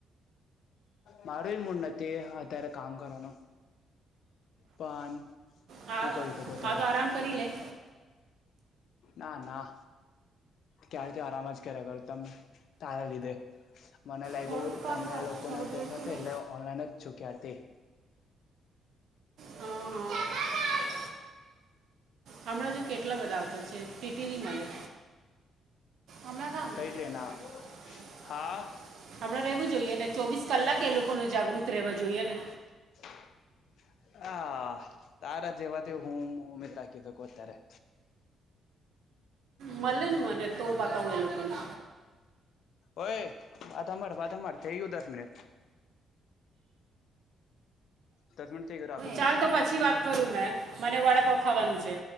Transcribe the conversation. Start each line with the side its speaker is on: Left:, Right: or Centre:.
Left: મારું એ મૂડ નથી અત્યારે કામ કરવાનું. પણ
Right: હા
Left: હું કરી શકો
Right: હા
Left: ત્યારે
Right: તો આરામ કરી લે.
Left: ના ના. ક્યારથી આરામ જ કર્યા કરૂ તમે તારે લીધે મને લાયગુ
Right: થોડુંક કામ
Left: તમે
Right: કર
Left: લોકોને
Right: થોડુંક
Left: તમને
Right: બેસી
Left: જ હશે
Right: રહે
Left: એટલે ઓનલાઈન જ છું ક્યારથી
Right: હ હ. હમણાં જો કેટલા બધા આવતા છે ટીટીની માલે. હમણા કા હમણાં
Left: કઈ ટ્રેન આ હા
Right: રેવું જોઈએને ચોવીસ કલાક એ લોકોને જાગૃત રેવા જોઈએ ને
Left: <inaudible> આ તારા જેેવા તે હૂમ હૂમે તાકી તકો ત્યારે
Right: મલેને મને તો બતાવ એ લોકોને
Left: ઓય વાત હાભળ વાત હાભળ થઈ ગયું દસ મિનિટ દસ મિનિટ થઈ ગયું રાખું
Right: ચાલ
Left: મેં
Right: તો પછી વાત કરું મેં મને વડાપાવ ખાવાનું છે.